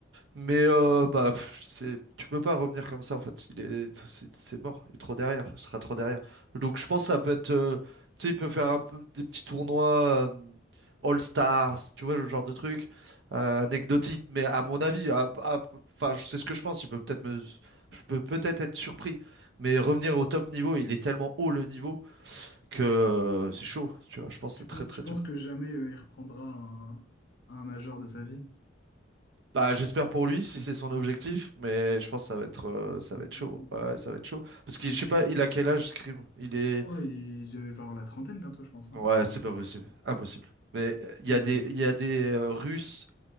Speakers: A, on the right; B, on the left.
A: Mais euh, bah pff, c'est, tu peux pas revenir comme ça en fait. Il est, c'est c'est mort, il est trop derrière, il sera trop derrière. Donc je pense que ça peut être, euh, tu sais, il peut faire un peu des petits tournois euh, All Stars, tu vois, le genre de truc euh, anecdotique. Mais à mon avis, à- à- enfin je- c'est ce que je pense. Il peut peut-être me, je peux peut-être être surpris, mais revenir au top niveau, il est tellement haut le niveau que euh, c'est chaud, tu vois. Je pense que
B: Tu,
A: c'est très
B: pen-
A: très
B: tu
A: dur.
B: penses que jamais euh, il reprendra un, un major de sa vie?
A: Bah, j'espère pour lui si c'est son objectif, mais je pense que ça va être, euh, ça
B: Mm,
A: va être chaud.
B: mm, mm.
A: Ouais, ça va être chaud. Parce que je
B: Et
A: sais
B: puis
A: pas,
B: quand...
A: il a quel âge, Scream? Il est.
B: Ouais, il il va avoir la trentaine bientôt, je pense. hein.
A: Ouais, c'est pas possible. Impossible. Mais euh, il
B: Mm,
A: y
B: mm,
A: a des, il
B: mm.
A: y a des euh, Russes.